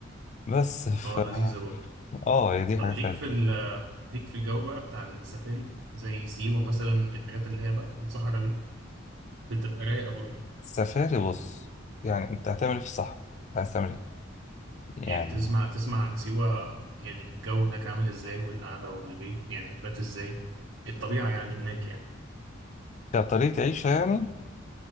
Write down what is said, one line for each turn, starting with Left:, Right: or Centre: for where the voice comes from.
Left: بس ف...
Right: اه لذيذة برضه
Left: <laughs> اه هي دي
Right: طب
Left: حاجات
Right: ليك
Left: حلوه
Right: في ال آه، ليك في الجو بقى بتاع السفاري زي سيوة مثلا الحاجات اللي هي بقى في الصحراء دي بتبقى رايقة برضه
Left: السفاري بص يعني انت هتعمل ايه في الصحراء عايز تعمل ايه
Right: يعني
Left: يعني
Right: تسمع تسمع عن سيوة يعني الجو هناك عامل ازاي والقعدة والبيت يعني هتبات ازاي الطبيعة يعني هناك يعني
Left: كطريقه عيشه يعني